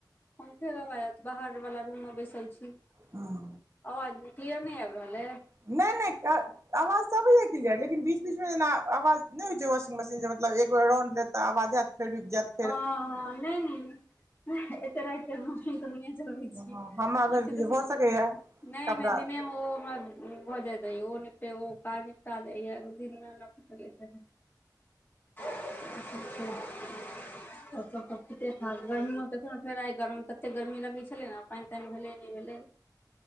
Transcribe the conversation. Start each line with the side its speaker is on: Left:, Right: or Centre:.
Left: हुनके <unintelligible> बाहर वाला रूम मे बैसल छी
Right: हँ
Left: अवाज क्लियर नय आबि रहल हइ
Right: ने ने क तऽ आवाज क्लियर लेकिन बीच बीचमे जेना आवाज नहि होइ छै वाशिंगशीन जे मतलब एक बेर रउंड लेत तऽ आवाज हयत फेरुब जात
Left: ओ ह नय नय एतरेत क रहे छिए
Right: हँ हमरा
Left: मसिन
Right: भेल कि जे
Left: तसिन
Right: भऽ सकैया
Left: नय
Right: कपड़ा
Left: नय दिने मे ओ हमर भऽ जातै ओ निपे काज निपटा देय दिनमे ने छै। <inaudible> त सभ तऽ ठीके ठाक गर्मी मे देखौ ने फेर आइ गरम ततेक गरमी लगै छलै ने पानि तानि भेलै नहि भेलै